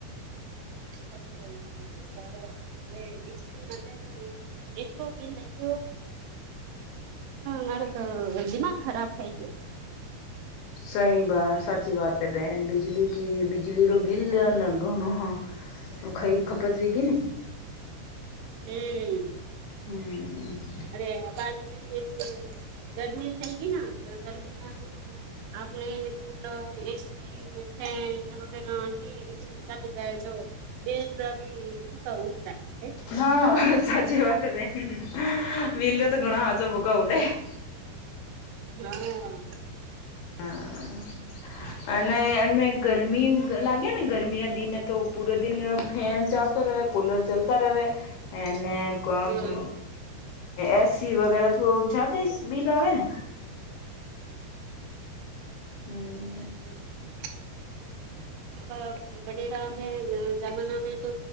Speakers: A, on the right; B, on the left.
A: સાચું કય્યું તને સર બીજલીતો એમ. એટકુબિલયગેય. મારો તો દિમાગ ખરાબ થઈ ગયો.
B: સહી વાત સાચી વાત બેન બિજલી કે બિજલી ર બિલ ન ઘણું હા હ ખાઈ ખપતવીગ ન <unintelligible>
A: હેએ
B: હમ
A: અરે આ તો કહીએ કે ગરમી થઈ ગઈ તો ગરમીમાં <unintelligible> આપ આપણે કુલર એસી ફેન વગેરે કે એ ચાલી જાય જો <unintelligible> બેલ ભી પૂકા ઓડીસાાય <unintelligible>
B: હા સાચી વાત બેનબિલ તો ઘણા હાચોભૂકો ઉડે <unintelligible>
A: હમ
B: હા <inaudible> અને એ ગરમી લાગે ને તોગરમી ના દિન તો પૂરે દિન ફેન ચાલતો રહે કૂલર ચાલતા રહે અનેને
A: હમ
B: એસી વગેરે તો જાતે બિલ આવે ને હમ
A: હ તને <inaudible> આપને બડેરામે જમના મે તો